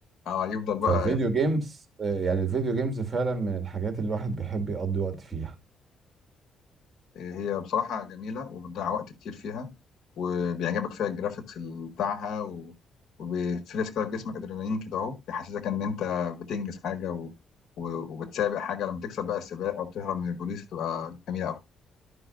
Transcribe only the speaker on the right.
فالفيديو جيمز آه، يعني الفيديو جيمز فعلا من الحاجات اللي الواحد بيحب يقضي وقت فيها